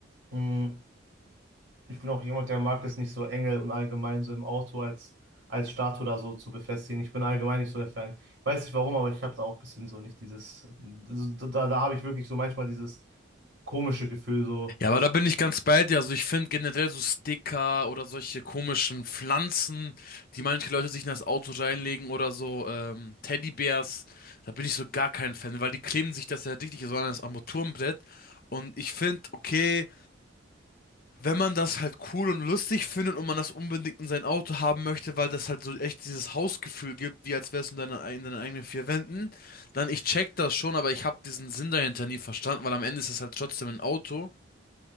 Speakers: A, on the right (about 60°); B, on the left (about 45°).
A: Mm, ich bin auch jemand, der mag es nicht so enge und allgemein so im Auto als, als Statue da so zu befestigen. Ich bin allgemein nicht so der Fan. Ich weiß nicht warum, aber ich habe da auch ein bisschen so nicht dieses, so, da, da da habe ich wirklich so manchmal dieses komische Gefühl so.
B: Ja, aber da bin ich ganz bei dir. Also ich finde generell so Sticker oder solche komischen Pflanzen, die manche Leute sich in das Auto reinlegen oder so ähm, Teddybärs, da bin ich so gar kein Fan, weil die kleben sich das ja richtig so an das Armaturenbrett. Und ich finde, okay, wenn man das halt cool und lustig findet und man das unbedingt in sein Auto haben möchte, weil das halt so echt dieses Hausgefühl gibt, wie als wär's in deiner, in deinen eigenen vier Wänden, dann ich check das schon, aber ich habe diesen Sinn dahinter nie verstanden, weil am Ende ist es halt trotzdem ein Auto